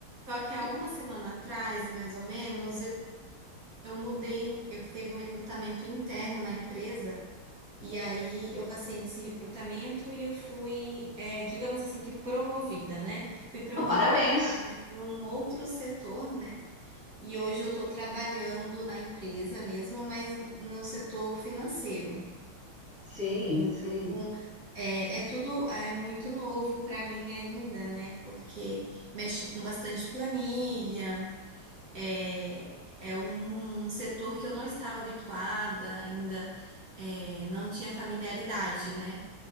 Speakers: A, on the right; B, in the centre.
A: só que há
B: E,
A: uma semana atrás, mais ou menos, eu, eu mudei, eu teve um recrutamento interno na empresa, e aí eu passei nesse recrutamento e eu fui, é, digamos assim, que promovida, né? Fui para
B: ah,
A: uma
B: parabéns.
A: outra, área, para um outro setor, né? E hoje eu estou trabalhando na empresa mesmo, mas no setor financeiro.
B: Sim,
A: Então,
B: sim.
A: é, é tudo é muito novo para mim ainda, né? Porque mexe com bastante planilha, é, é um setor que eu não estava habituada ainda, é, não tinha familiaridade, né?